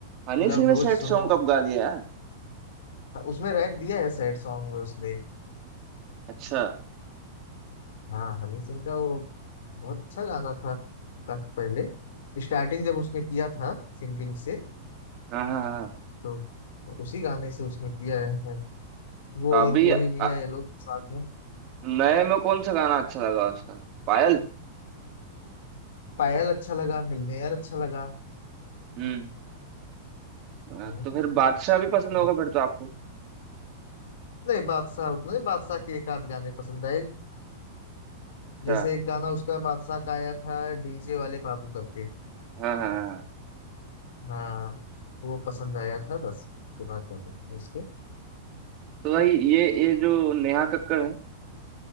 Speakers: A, on the right; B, on the left.
A: हनी
B: लव
A: सिंह ने
B: डोज
A: सैड
B: सुनो
A: सॉन्ग कब गा दिया यार
B: उसमें रैप दिया है सैड सॉन्ग में उसने
A: अच्छा
B: हाँ हनी सिंह का वो बहुत अच्छा गाना था काफी पहले स्टार्टिंग जब उसने किया था सिंगिंग से
A: हाँ हाँ हाँ
B: तो उसी गाने से उसने किया है वो
A: हाँ।
B: और
A: अभी
B: बोहेमिया
A: अ,
B: ये लोग साथ में
A: नए में कौन सा गाना अच्छा लगा उसका पायल
B: पायल अच्छा लगा मिलनेयर अच्छा लगा
A: हम्म हाँ,
B: हम्म
A: तो फिर बादशाह भी पसंद
B: हनी
A: होगा
B: सिंह
A: फिर तो आपको
B: नहीं बादशाह उतना नहीं बादशाह के एक आध गाने पसंद आए जैसे
A: अच्छा
B: एक गाना उसका बादशाह का आया था डीजे वाले बाबू करके
A: हाँ हाँ हाँ हाँ।
B: हाँ वो पसंद आया था बस उसके बाद क्या करेंगे उसके
A: तो वही ये ये जो नेहा कक्कड़ है